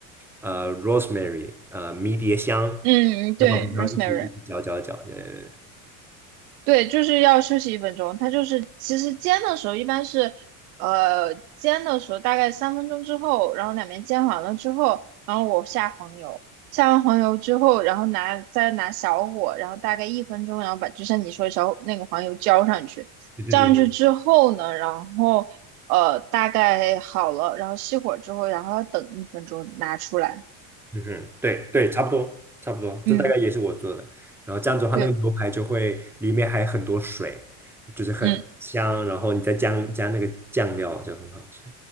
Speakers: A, in the centre; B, on the right.
A: 呃 rosemary，呃迷迭香，
B: 嗯，对，rosemary。
A: 在旁边然后一起一起搅搅搅，对
B: 对，就是要休息一分钟。它就是其实煎的时候一般是，呃，煎的时候大概三分钟之后，然后两边煎完了之后，然后我下黄油，下完黄油之后，然后拿再拿小火，然后大概一分钟，然后把就像你说的小那个黄油浇上去，
A: 对对对对，
B: 浇上去之后呢，然后呃大概好了，然后熄火之后，然后要等一分钟拿出来。
A: 嗯哼，对对，差不多差不多，
B: 嗯，
A: 这大概也是我做的。然后这样子的话，
B: 对，
A: 那个牛排就会里面还很多水，就是很香，
B: 嗯
A: 然后你再加加那个酱料就很好吃。